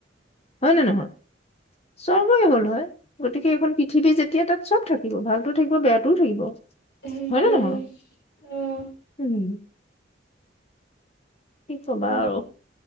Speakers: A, on the left; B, on the left.
A: হয় নে নহয় স্বৰ্গই হ'ল হয় গতিকে এইখন পৃথিৱী যেতিয়া তাত সব থাকিব ভাল। ভালটো থাকিব বেয়াতটোও থাকিব
B: সেইটোৱে
A: হয় নে নহয়
B: অ',
A: উম। কি কবা
B: উম
A: আৰু।